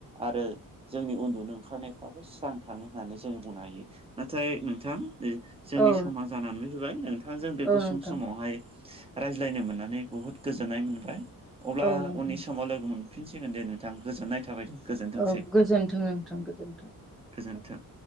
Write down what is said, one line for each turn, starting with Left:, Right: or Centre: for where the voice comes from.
Right: आरो जोंनि उन्दुनो ओंखारनायफ्राबो स्रां थाङो होननानै जोङो बुंनो हायो। नाथाय नोंथां जोंनि
Centre: नोंथां औ
Right: समा जानानै फैबाय नोंथांजों
Centre: नोंथां
Right: बे गुसुं समावहाय रायज्लायनो मोननानै बुहुद गोजोननाय मोनबाय अब्ला
Centre: औ नोंथां
Right: उननि समाव लोगो मोनफिनसिगोन दे। नोंथां गोजोननाय थाबाय दे गोजोनथोंसै
Centre: औ गोजोन्थों नोंथां गोजोन्थों
Right: गोजोनथों।